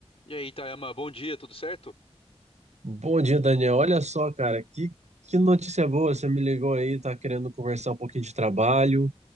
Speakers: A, on the left (about 60°); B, on the right (about 85°).
A: E aí, Itayama, bom dia, tudo certo?
B: Bom dia, Daniel. Olha só, cara, que, que notícia boa. Você me ligou aí, tá querendo conversar um pouquinho de trabalho, um